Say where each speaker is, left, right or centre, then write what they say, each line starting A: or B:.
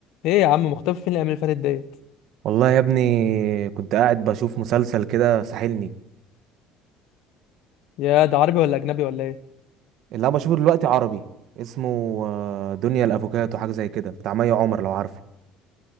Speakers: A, on the left; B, on the right.
A: ايه يا عم مختفي فين الايام اللي فاتت ديت
B: والله يا ابني كنت قاعد بشوف مسلسل كده ساحلني
A: يا ده عربي ولا اجنبي ولا ايه
B: اللي انا بشوفه دلوقتي عربي اسمه آه، دنيا الافوكاتو حاجه زي كده بتاع مي عمر لو عارفه